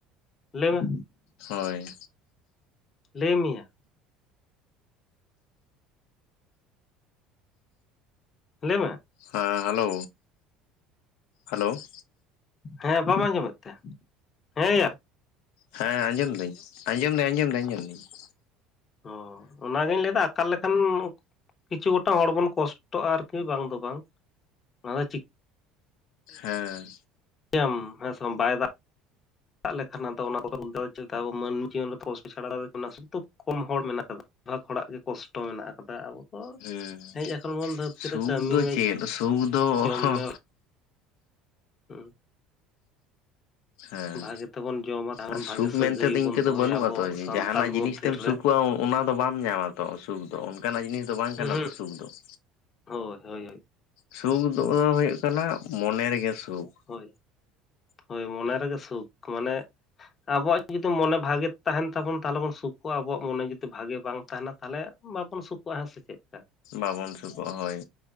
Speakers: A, on the left; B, on the left.
A: ᱞᱟᱹᱭ ᱢᱮ᱾
B: ᱦᱳᱭ᱾
A: ᱞᱟᱹᱭ ᱢᱮᱭᱟ᱾ ᱞᱟᱹᱭᱢᱮ ᱾
B: ᱦᱮᱸ ᱦᱮᱞᱳ, ᱦᱮᱞᱳ ᱾
A: ᱦᱮᱸ ᱵᱟᱢ ᱟᱸᱡᱚᱢ ᱮᱫ ᱛᱮ? ᱦᱮᱸᱭᱟ?
B: ᱦᱮᱸ ᱟᱸᱡᱚᱢ ᱫᱟᱹᱧ, ᱟᱸᱡᱚᱢ ᱫᱟᱹᱧ ᱟᱸᱡᱚᱢ ᱫᱟᱹᱧ ᱟᱸᱡᱚᱢ ᱫᱟᱹᱧ ᱾
A: ᱚ ᱚᱱᱟᱜᱤᱧ ᱞᱟᱹᱭᱟ ᱟᱠᱟᱞ ᱞᱮᱠᱷᱟᱱ ᱠᱤᱪᱷᱩ ᱜᱚᱴᱟᱝ ᱦᱚᱲ ᱵᱚᱱ ᱠᱚᱥ ᱴᱚᱜᱼᱟ ᱟᱨᱠᱤ ᱵᱟᱝ ᱫᱚ ᱵᱟᱝ ᱾ ᱚᱱᱟ ᱫᱚ ᱪᱤᱠ
B: ᱦᱮᱸ
A: <unintelligible> ᱟᱢ ᱦᱮᱸᱥᱚᱢ ᱵᱟᱭ ᱫᱟᱜ ᱫᱟᱜ ᱞᱮᱠᱷᱟᱱ ᱟᱫᱚ <unintelligible> ᱚᱱᱟ ᱪᱮᱫ ᱟᱵᱚ ᱢᱟᱹᱱᱢᱤ ᱡᱤᱭᱚᱱ ᱠᱚᱥᱴᱚ ᱪᱷᱟᱲᱟ ᱫᱚ ᱚᱱᱟ <unintelligible> ᱫᱚ ᱠᱚᱢ ᱦᱚᱲ ᱢᱮᱱᱟᱜ ᱠᱟᱫᱟ <unintelligible> ᱵᱷᱟᱜᱽ ᱦᱚᱲᱟᱜ ᱜᱮ ᱠᱚᱥᱴᱚ ᱢᱮᱱᱟᱜ ᱠᱟᱫᱟ ᱟᱵᱚ ᱾ ᱛᱚ
B: ᱦᱮᱸ
A: ᱦᱮᱡ ᱟᱠᱟᱱᱟ ᱵᱚᱱ ᱫᱷᱟᱹᱨᱛᱤ
B: ᱥᱩᱠ
A: ᱨᱮ ᱠᱟᱹᱢᱤ
B: ᱫᱚ ᱪᱮᱫ
A: ᱢᱮ,
B: ᱥᱩᱠ ᱫᱚ
A: ᱡᱚᱢ
B: ᱦᱮᱸ
A: ᱢᱮ ᱦᱩᱸ ᱾
B: ᱦᱮᱸ
A: ᱵᱷᱟᱜᱮ ᱛᱮᱵᱚᱱ ᱡᱚᱢᱟ ᱛᱟᱦᱚᱞᱮ
B: ᱟᱨ
A: ᱵᱷᱟᱜᱮ
B: ᱥᱩᱠ
A: ᱥᱟᱹᱜᱟᱹᱭ
B: ᱢᱮᱱ ᱛᱮᱫᱚ
A: ᱵᱚᱱ
B: ᱤᱱᱠᱟᱹ
A: ᱫᱚᱦᱚᱭᱟ
B: ᱫᱚ ᱵᱟᱹᱱᱩᱜᱼᱟ
A: ᱟᱵᱚ
B: ᱛᱚ ᱡᱮ
A: ᱥᱟᱱᱛᱟᱞ
B: ᱡᱟᱦᱟᱱᱟᱜ
A: ᱢᱚᱫᱽᱫᱷᱮ
B: ᱡᱤᱱᱤᱥ ᱛᱮᱢ
A: ᱨᱮ
B: ᱥᱩᱠᱩᱜᱼᱟ ᱚᱱᱟ ᱫᱚ ᱵᱟᱢ ᱧᱟᱢᱟ ᱛᱚ, ᱥᱩᱠ ᱫᱚ ᱚᱱᱠᱟᱱᱟᱜ ᱡᱤᱱᱤᱥ ᱫᱚ ᱵᱟᱝ
A: ᱦᱩᱸ
B: ᱠᱟᱱᱟ ᱛᱚ ᱥᱩᱠ ᱫᱚ ᱾
A: ᱦᱳᱭ ᱦᱳᱭ ᱦᱳᱭ ᱾
B: ᱥᱩᱠ ᱫᱚ ᱦᱳᱭᱜ ᱠᱟᱱᱟ ᱢᱚᱱᱮ ᱨᱮᱜᱮ ᱥᱩᱠ ᱾
A: ᱦᱳᱭ ᱾ ᱦᱳᱭ ᱢᱚᱱᱮ ᱨᱮᱜᱮ ᱥᱩᱠ ᱢᱟᱱᱮ ᱟᱵᱚᱣᱟᱜ ᱡᱩᱫᱤ ᱢᱚᱱᱮ ᱵᱷᱟᱜᱮ ᱛᱟᱦᱮᱱ ᱛᱟᱵᱚᱱ ᱛᱟᱦᱚᱞᱮ ᱵᱚᱱ ᱥᱩᱠᱜᱼᱟ ᱟᱵᱚᱣᱟᱜ ᱢᱚᱱᱮ ᱡᱩᱫᱤ ᱵᱷᱟᱜᱮ ᱵᱟᱝ ᱛᱟᱦᱮᱱᱟ ᱛᱟᱦᱚᱞᱮ ᱵᱟᱵᱚᱱ ᱥᱩᱠᱩᱜᱼᱟ ᱦᱮ ᱥᱮ ᱪᱮᱫ ᱾
B: ᱵᱟᱵᱚᱱ ᱥᱩᱠᱩᱜ-ᱟ ᱦᱳᱭ